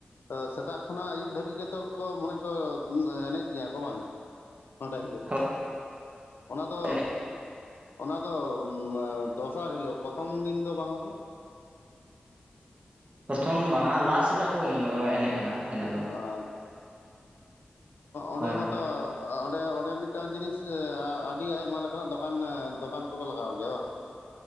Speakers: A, on the left (about 80°); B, on the right (about 40°).
A: ᱛᱚ ᱥᱮᱛᱟᱜ ᱠᱷᱚᱱᱟᱜ ᱟᱹᱭᱩᱵ ᱫᱷᱟᱹᱵᱤᱡ ᱜᱮᱛᱚ ᱠᱚ, ᱢᱟᱱᱮ ᱠᱚ ᱮᱱᱮᱡ ᱜᱮᱭᱟ ᱠᱚ ᱵᱟᱝ? ᱚᱱᱟ ᱵᱟᱦᱤᱨᱮ
B: ᱦᱳᱭ
A: ᱚᱱᱟ ᱫᱚ,
B: ᱮᱱᱮᱡ
A: ᱚᱱᱟ ᱫᱚ, ᱫᱚᱥᱟᱨ ᱦᱤᱞᱳᱜ ᱯᱨᱚᱛᱷᱚᱢ ᱫᱤᱱ ᱫᱚ ᱵᱟᱝᱼᱟ ᱛᱚ?
B: ᱯᱨᱚᱛᱷᱚᱢ ᱵᱟᱝᱼᱟ, ᱞᱟᱥ ᱦᱤᱞᱳᱜ ᱠᱚ ᱮᱱᱮᱡ ᱠᱟᱱᱟ ᱮᱱᱮᱡ ᱫᱚ᱾
A: ᱟᱨᱻᱻ <unintelligible> ᱚᱱᱰᱮ
B: ᱦᱳᱭ
A: ᱢᱟᱛᱚ ᱚᱸᱰᱮ, ᱚᱸᱰᱮ, ᱢᱤᱫᱴᱟᱝ ᱡᱤᱱᱤᱥ ᱟᱹᱰᱤ, ᱟᱭᱢᱟ ᱞᱮᱠᱟᱱᱟᱜ ᱫᱚᱠᱟᱱ ᱫᱚᱠᱟᱱ ᱠᱚᱠᱚ ᱞᱟᱜᱟᱣ ᱜᱮᱭᱟ ᱵᱟᱝ?